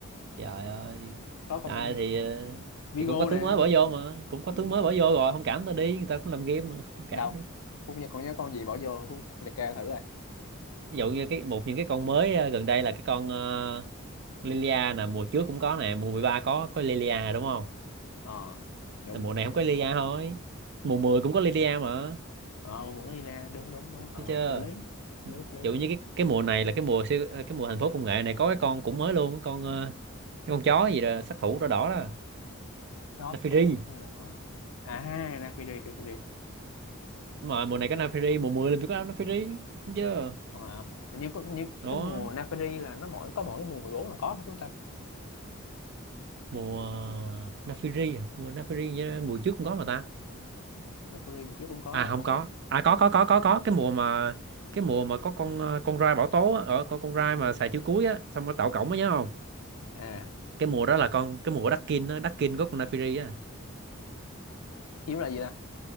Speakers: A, on the right; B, on the left.
A: trời ơi
B: có con
A: à, thì
B: Vigo
A: thì cũng có tướng
B: nè
A: mới bỏ vô mà cũng có
B: ừ.
A: tướng mới bỏ vô rồi không cảm ta đi người ta cũng làm game mà không cảm
B: đâu
A: đi.
B: Phúc nhớ con nhớ con gì bỏ vô Phúc liệt kê thử rồi
A: ví dụ như cái một những cái con mới ờ, gần đây là cái con ờ, Lilia nè mùa trước cũng có nè mùa 13 có có Lilia đúng không
B: ờ đúng
A: là mùa này không có Lilia thôi mùa 10 cũng có Lilia mà
B: ờ vẫn đi ra đúng đúng đúng ờ
A: thấy chưa
B: Phúc lý lý lý
A: ví dụ như cái cái mùa này là cái mùa siêu ờ, cái mùa thành phố công nghệ này có cái con cũng mới luôn con ờ, cái con chó gì đó sát thủ đỏ đỏ đó
B: đó
A: Nafiri
B: tủ rồi đó à ha Nafiri trừ Fiji
A: đúng rồi mùa này có Nafiri mùa 10 là phải có Nafiri thấy chưa
B: Ờ, hình như có như
A: đó
B: cái mùa Napari là nó mỗi có mỗi mùa 14 là có hả chúng ta
A: mùa Nafiri à mùa Nafiri nhớ mùa trước cũng có mà ta
B: Napari mà chiếu cũng có
A: à
B: là
A: không
B: con
A: có
B: gì
A: à có có có có có cái mùa mà cái mùa mà có con ờ, con rai bảo tố á, ở con con rai mà xài chữ cuối á xong nó tạo cổng á nhớ không
B: à
A: cái mùa đó là con cái mùa Đắc-kin á Đắc-kin có con Naafiri á
B: chiếu là gì ta